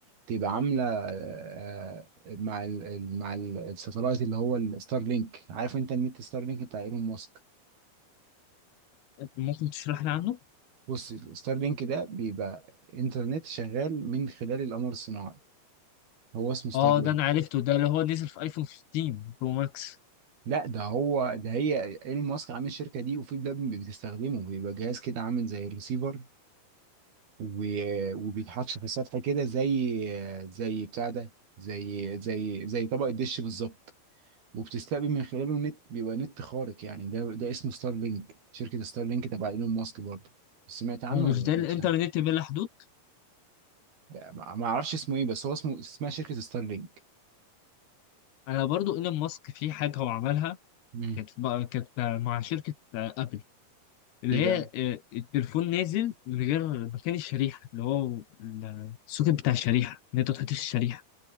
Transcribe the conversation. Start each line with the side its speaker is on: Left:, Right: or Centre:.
Right: تبقى عامله آه، آه، مع ال ال- مع ال- الساتلايت اللي هو الستار لينك عارف انت النت ستار لينك بتاع ايلون ماسك
Left: ممكن تشرح لي عنه
Right: بص الستار لينك ده بيبقى انترنت شغال من خلال القمر الصناعي هو اسمه ستار
Left: اه
Right: لينك
Left: ده انا عرفته ده اللي هو نزل في ايفون 15 برو ماكس
Right: لا ده هو ده هي ايلون ماسك عامل الشركه دي وفي بلاد بتستخدمه بيبقى جهاز كده عامل زي الريسيفر و- وبيتحط في السطح كده زي زي بتاع ده زي زي زي طبق الدش بالظبط وبتستقبل من خلاله نت بيبقى نت خارق يعني ده ده اسمه ستار لينك شركه ستار لينك تبع ايلون ماسك برضه سمعت عنه
Left: هو مش
Right: ولا ما
Left: ده
Right: سمعتش
Left: الانترنت
Right: عنه؟
Left: بلا حدود
Right: لا، ما ما اعرفش اسمه ايه بس هو اسمه اسمها شركه ستار لينك
Left: انا برضو ايلون ماسك في حاجه هو عملها
Right: مم.
Left: كانت بقى كانت مع شركه ابل اللي
Right: يبقى
Left: هي آه، التليفون نازل من غير مكان الشريحه اللي هو ال- السوكت بتاع الشريحه ان انت تحطش الشريحه